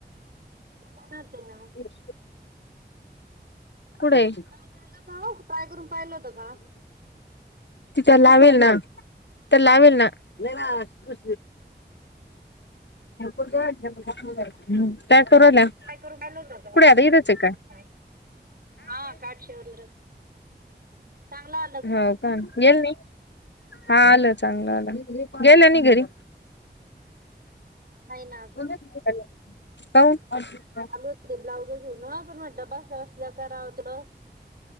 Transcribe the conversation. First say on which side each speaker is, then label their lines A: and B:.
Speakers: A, on the right; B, on the left.
A: दुकानाते ना.
B: ह् <inaudible> कुडय?
A: ब्लाऊज आलं का हो ट्राय करून पाहिलं होतं का
B: तिथ लावेल ना, <inaudible> तर लावेल ना. अ हं, ते कुठं? <inaudible> ह्म, काय करू रायल्या?
A: ब्लाऊज ट्राय करून पाहिलं होतं का
B: कुडय आता ईदचे ये का?
A: नाही हा काठशेवरला, चांगला
B: हो का, गेल नही, हा आलं चांगलं आलं, गेलं नही घरी?
A: नही ना. अजून
B: बोला तुम्ही त्यांना, <unintelligible>
A: <unintelligible> लू हो, ब्लाऊज शीऊन ना, पण मटलं बसल्या-बसल्या कराव तिड.